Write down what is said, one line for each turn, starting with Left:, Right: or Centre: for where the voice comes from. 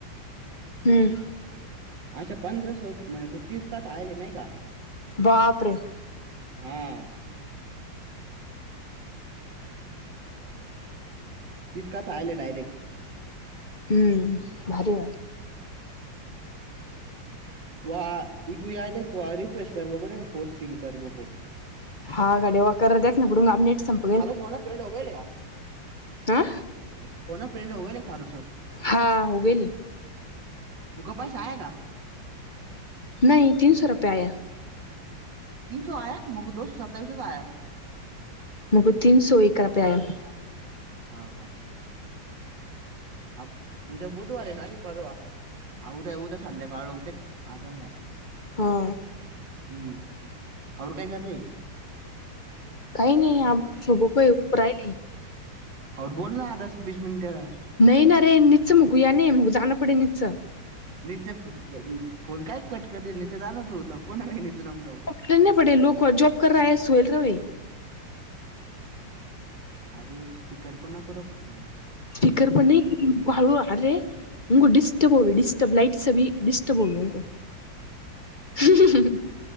Left: हम्म.
Right: <unintelligible>
Left: बापरे.
Right: हा. <unintelligible>
Left: हम्म भारी.
Right: <unintelligible>
Left: <unintelligible>
Right: <unintelligible>
Left: हाँ <unintelligible>
Right: <unintelligible>
Left: <unintelligible>
Right: <unintelligible>
Left: <unintelligible>
Right: हा का. हा उद्या बुधवार आहे ना रे परावा. <unintelligible>
Left: हा.
Right: <unintelligible>
Left: <unintelligible>
Right: <unintelligible>
Left: <unintelligible>
Right: <unintelligible>
Left: <unintelligible>
Right: <unintelligible>
Left: <unintelligible> <unintelligible>